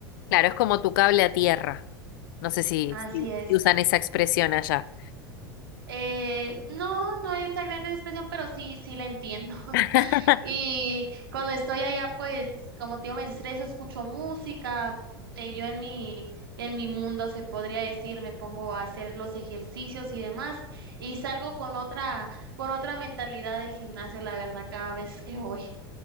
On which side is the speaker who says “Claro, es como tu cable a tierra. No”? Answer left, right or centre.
Left